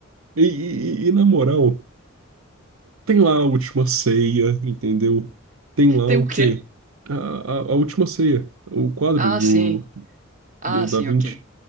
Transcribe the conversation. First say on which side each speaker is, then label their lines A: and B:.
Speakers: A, on the right (about 80°); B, on the right (about 35°).
A: E, e- e- e na moral, tem lá a última ceia, entendeu? Tem
B: <laughs>
A: lá
B: Tem
A: o
B: o quê?
A: quê? A, a, a última ceia. O quadro
B: Ah,
A: do,
B: sim. Ah,
A: do Da
B: sim,
A: Vinci.
B: ok.